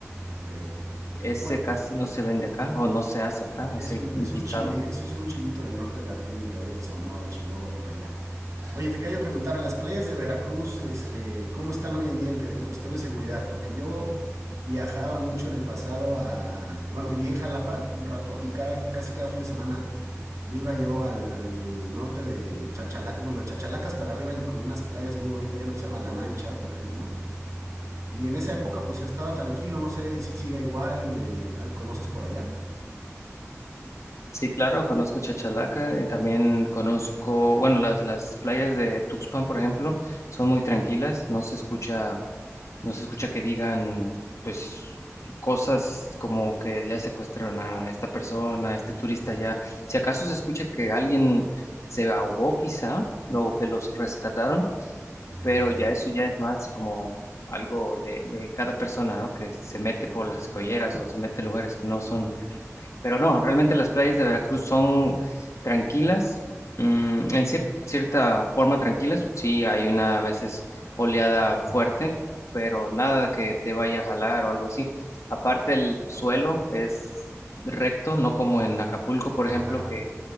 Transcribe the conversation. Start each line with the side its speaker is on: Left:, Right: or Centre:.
Right: Ok.
Left: Ese
Right: Bueno,
Left: casi no se vende acá o no se hace acá, ese
Right: Es un,
Left: guisado.
Right: es un chile, eso sí es un chilito del norte de la República, de Sonora, Chihuahua, por allá. Oye, te quería yo preguntar, las playas de Veracruz, este, ¿cómo están hoy en día en, en cuestión de seguridad? Porque yo viajaba mucho en el pasado a, bueno, viví en Jalapa un rato y cada, casi cada fin de semana me iba yo al, al norte de Chachalacas, bueno, de Chachalacas para arriba y con unas playas muy bonitas, hay una que se llama La Mancha, por ejemplo. Y en esa época pues estaba tranquilo, no sé si siga igual, eh, ¿conoces por allá?
Left: Sí, claro, conozco Chachalaca y también conozco, bueno, las, las playas de Tuxpan, por ejemplo, son muy tranquilas, no se escucha, no se escucha que digan, pues, cosas como que ya secuestraron a esta persona, a este turista ya. Si acaso se escucha que alguien se ahogó quizá, o que los rescataron, pero
Right: Ok.
Left: ya eso ya es más como algo de, de cada persona, ¿no? Que se mete por las escolleras o se mete en lugares que no son, pero no, realmente las playas de Veracruz son tranquilas, mm, en cier- cierta forma tranquilas, sí hay una a veces oleada fuerte, pero nada que te vaya a jalar o algo así. Aparte el suelo es recto, no como en Acapulco, por ejemplo,
Right: Ajá.
Left: que